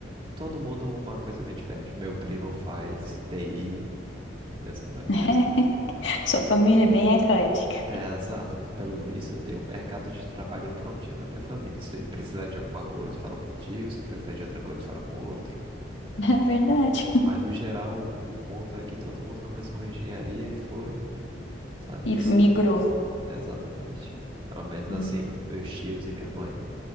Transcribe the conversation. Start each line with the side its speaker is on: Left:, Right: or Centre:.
Right: Todo mundo uma coisa bem diferente. Meu primo faz TI e assim vai.
Left: <laughs> Sua família é bem eclética.
Right: É, exato. Pelo visto, eu tenho o mercado de trabalho prontinho da minha família. Se precisar de alguma coisa, falo com o tio. Se precisar de outra coisa, falo com o outro.
Left: <laughs> É verdade.
Right: Mas, no geral, o ponto é que todo mundo começou com engenharia e foi, sabe,
Left: E
Right: sim,
Left: migrou.
Right: exatamente. Pelo menos,
Left: Hum,
Right: assim, meus tios e minha mãe.